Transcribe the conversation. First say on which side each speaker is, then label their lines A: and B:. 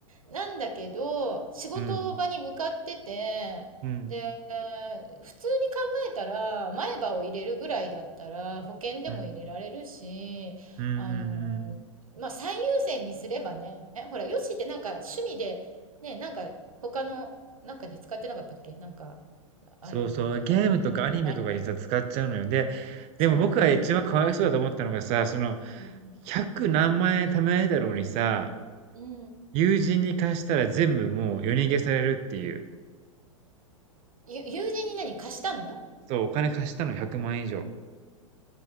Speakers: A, on the right; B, on the right.
A: なんだけど、仕事場に向かってて、
B: うん。うん。
A: で、普通に考えたら、前歯を入れるぐらいだったら、保険でも入れられるし、
B: うん。うんうんうん。
A: あの、まあ、最優先にすればね、ほら、ヨッシーってなんか趣味で、ね、なんか他の、なんかに使ってなかったっけなんか、アイドル、
B: そうそう。
A: じゃあ、
B: ゲームとかアニメとかにさ、
A: アニメ。
B: 使っちゃうのよ。で、でも僕が一番かわいそうだと思ったのがさ、
A: そう、うん。
B: その、
A: うん。
B: 100何万円貯められたのにさ、
A: うん
B: 友人に貸したら全部もう夜逃げされるっていう。
A: ゆ友人に何貸したの
B: そう、お金貸したの100万以上。